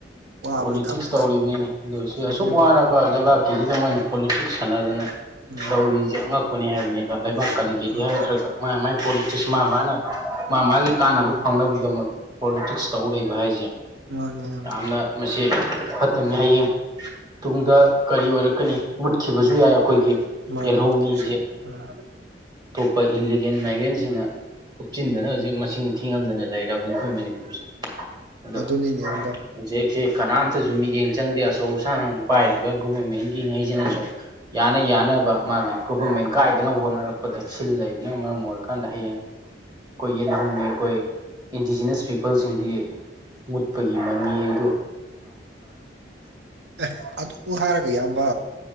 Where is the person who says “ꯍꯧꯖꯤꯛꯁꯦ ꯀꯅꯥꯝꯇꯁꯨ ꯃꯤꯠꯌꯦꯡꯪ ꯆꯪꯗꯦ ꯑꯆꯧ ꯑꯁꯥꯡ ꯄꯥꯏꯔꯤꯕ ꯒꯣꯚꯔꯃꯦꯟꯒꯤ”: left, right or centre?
Right